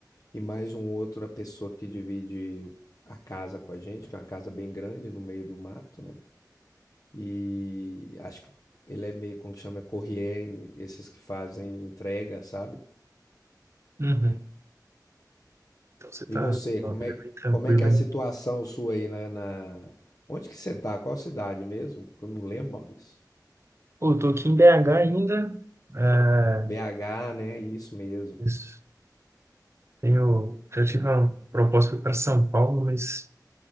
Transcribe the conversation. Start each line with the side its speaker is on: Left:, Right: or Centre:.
Left: e mais um outro a pessoa que divide o- a casa com a gente, que é uma casa bem grande no meio do mato, né? E acho que ele é meio como que chama corriere, esses que fazem entrega, sabe?
Right: Uhum. Então você tá
Left: E você,
Right: tá uma
Left: como
Right: vida
Left: é,
Right: bem tranquila,
Left: como é que é a
Right: hein?
Left: situação sua aí na, na... Onde que você tá? Qual cidade mesmo? Eu não lembro, Maurício.
Right: Pô, eu tô aqui em BH ainda. É,
Left: BH, né? Isso mesmo.
Right: isso. Tenho, já tive uma proposta para São Paulo, mas